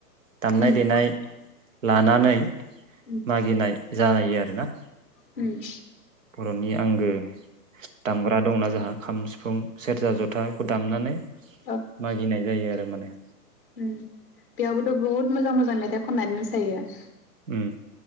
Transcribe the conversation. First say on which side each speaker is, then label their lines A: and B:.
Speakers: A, on the right; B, on the left.
A: दामनाय
B: उम
A: देनाय लानानै
B: उम
A: मागिनाय जानाय यो आरोना।
B: उम
A: रनि आंगो दामग्रा दंना जों आ खाम सिफुं। सेरजा जथा खौ दामनानै
B: औ
A: मागिनाय जायो आरो माने।
B: बेयावबोथ बहुत मोजां मोजां मेथाइ खननानै मोसायो।
A: उम